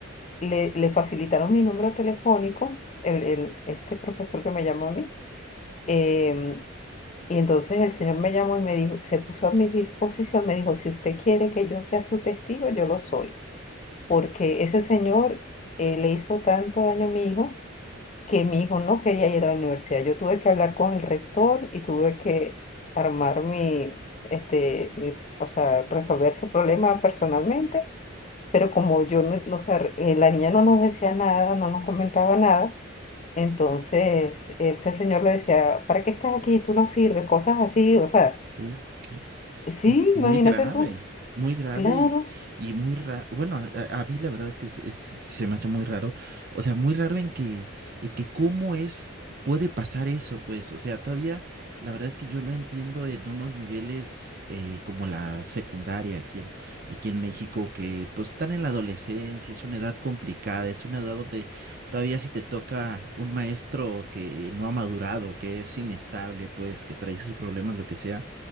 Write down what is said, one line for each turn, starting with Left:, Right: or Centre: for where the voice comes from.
Left: le, le facilitaron mi número telefónico, el, el- este profesor que me llamó a mí Em, y entonces el Señor me llamó y me dijo, se puso a mi disposición, me dijo, si usted quiere que yo sea su testigo, yo lo soy, porque ese señor eh, le hizo tanto daño a mi hijo que mi hijo no quería ir a la universidad. Yo tuve que hablar con el rector y tuve que armar mi, este, mi, o sea, resolver ese problema personalmente, pero como yo no, no, o sea, eh, la niña no nos decía nada, no nos comentaba nada. Entonces, ese señor le decía, ¿para qué estás aquí? Tú no sirves, cosas así, o sea,
Right: Uf, qué-
Left: sí,
Right: mu- muy
Left: imagínate
Right: grave,
Left: tú,
Right: muy grave
Left: claro,
Right: y, y muy raro. Bueno, a, a- a mí la verdad es que es- es- se me hace muy raro. O sea, muy raro en que, en que cómo es, puede pasar eso, pues. O sea, todavía la verdad es que yo lo entiendo en unos niveles eh, como la secundaria aquí en, aquí en México, que pues están en la adolescencia, es una edad complicada, es una edad donde todavía si te toca un maestro que no ha madurado, que es inestable, pues, que trae sus problemas, lo que sea